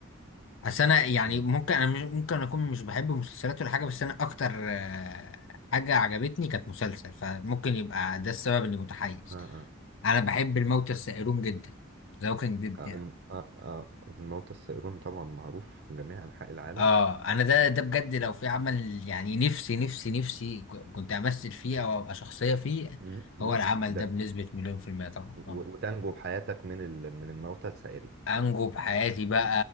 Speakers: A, on the left (about 60°); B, on the right (about 50°).
A: بس انا يعني
B: امم
A: ممكن انا مش- ممكن اكون مش بحب مسلسلات ولا حاجة بس انا اكتر آه، حاجة عجبتني كانت مسلسل فممكن يبقى ده السبب اللي متحيز
B: آه آه.
A: انا بحب الموتى السائرون جدا ذا ووكينج ديد
B: آه،
A: يعني
B: الم- آه آه الموتى السائرون طبعا معروف في جميع أنحاء العالم
A: اه انا ده ده بجد لو في عمل يعني نفسي نفسي نفسي ك- كنت امثل فيه او ابقى شخصية فيه
B: امم أمم.
A: هو العمل
B: ده
A: ده بنسبة مليون في المية طبعا
B: و-
A: اه
B: وتنجو بحياتك من ال- من الموتى السائرين
A: انجو بحياتي بقى